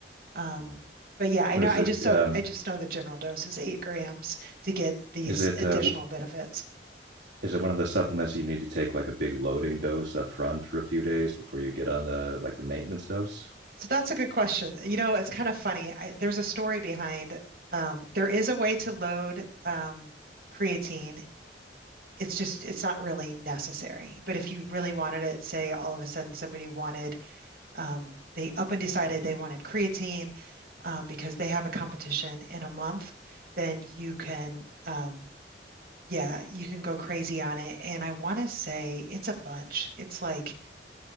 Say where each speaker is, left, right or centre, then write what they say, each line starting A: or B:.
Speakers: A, on the right (about 55°); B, on the right (about 75°).
A: Um,
B: Mm.
A: but yeah, I
B: Is
A: know. I
B: it
A: just so
B: um
A: I just know the general dose is eight grams to get these
B: is it
A: additional
B: uh, w-
A: benefits.
B: is it one of the supplements that you need to take like a big loading dose up front for a few days before you get on the like the maintenance dose?
A: So that's a good question. You know, it's kind of funny. I, there's a story behind. Um, there is a way to load um, creatine. It's just it's not really necessary. But if you really wanted it, say all of a sudden somebody wanted um, they up and decided they wanted creatine um, because they have a competition in a month, then you can um, yeah you can go crazy on it. And I want to say it's a bunch. It's like